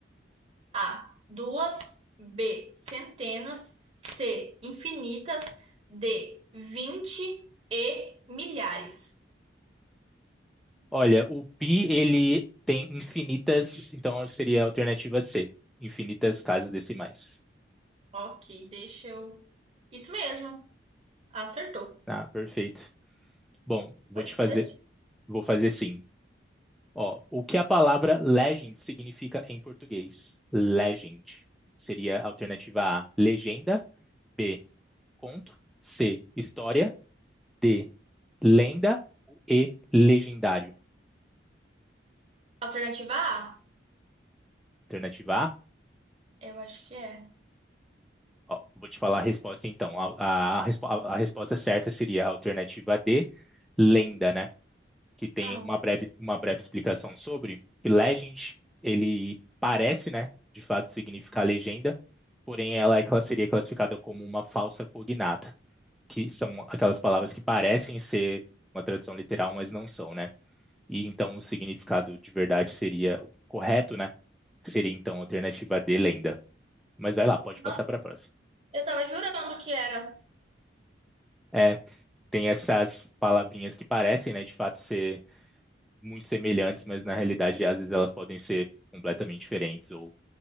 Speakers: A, on the right (about 35°); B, in the centre.
A: A, duas, B, centenas, C, infinitas, D, vinte e milhares.
B: Olha, o pi ele tem infinitas, então seria a alternativa C, infinitas casas decimais.
A: Ok, deixa eu. Isso mesmo, acertou.
B: Ah, perfeito. Bom, vou
A: Pode
B: te fazer,
A: fazer.
B: vou fazer sim. Ó, o que a palavra legend significa em português? Legend. Seria a alternativa A, legenda, B, conto, C, história, D, lenda e legendário.
A: Alternativa A?
B: Alternativa A.
A: Eu acho que é.
B: Ó, vou te falar a resposta então. A, a, a respo- a- resposta certa seria a alternativa D, lenda, né? que tem
A: Ah,
B: uma breve, uma breve explicação sobre, que legend, ele parece, né, de fato significar legenda, porém ela é cla- seria classificada como uma falsa cognata, que são aquelas palavras que parecem ser uma tradução literal, mas não são, né? E então o significado de verdade seria o correto, né? Seria então a alternativa de lenda. Mas vai lá, pode passar
A: nossa,
B: para a próxima.
A: eu tava jurando que era.
B: É, tem essas palavrinhas que parecem, né, de fato ser muito semelhantes, mas na realidade, às vezes, elas podem ser completamente diferentes ou